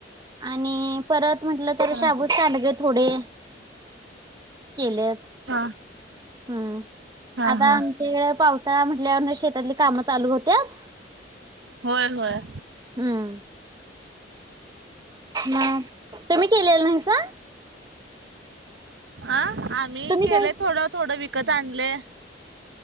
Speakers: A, on the right; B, on the right.
A: आणि परत म्हटलं तर
B: हा
A: शाबूत सांडगे थोडे केलेत,
B: हा
A: हं
B: हा
A: आता
B: हा
A: आमच्या इड पावसाळा म्हटल्यावरनं शेतातली कामं चालू होत्यात.
B: होय होय.
A: हूं! ह तुम्ही केलेलं नाहीसा.
B: आ! आम्ही
A: तुम्ही
B: केलय
A: काय
B: थोडं थोडं विक कथ आणलय.